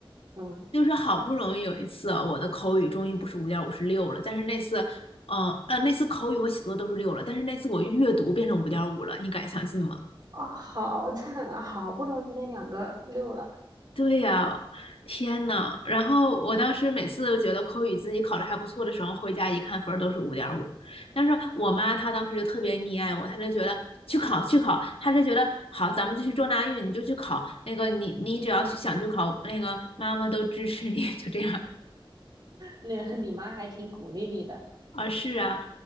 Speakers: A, on the right; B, on the left.
A: 嗯，
B: 就是好不容易有一次，我的口语终于不是五点五，是六了。但是那次，嗯呃，那次口语和写作都是六了，但是那次我阅读变成五点五了，你敢相信吗？
A: 哦，好惨啊！好不容易那两个六了，
B: 对呀，天呐！然后我当时每次觉得口语自己考得还不错的时候，回家一看分儿都是五点五。但是我妈她当时就特别溺爱我，她就觉得去考去考，她就觉得好，咱们就去撞大运，你就去考那个你你只要去想去考，那个妈妈都支持你，就这样。
A: 那 <laughs> 你妈还挺鼓励你的，
B: 啊，是啊，